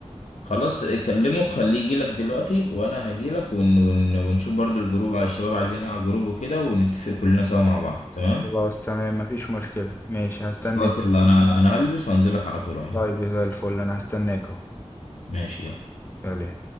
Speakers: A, on the left; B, on the left.
A: خلاص آه، كلمه خليه يجيلك دلوقتي وانا هجيلك ون... ون... ونشوف برضه الجروب على الشباب عايزين ايه على الجروب وكده ونتفق كلنا سوا مع بعض تمام
B: خلاص تمام مفيش مشكلة ماشي هستناك
A: خلاص يلا انا انا هلبس وانزلك على طول اهو
B: طيب زي الفل انا هستناك اهو
A: ماشي يلا
B: يلا